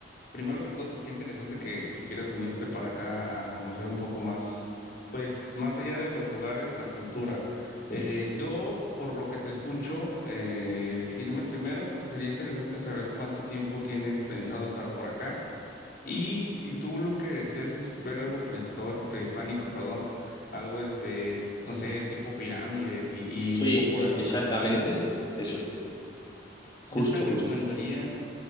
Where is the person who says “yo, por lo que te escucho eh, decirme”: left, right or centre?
Left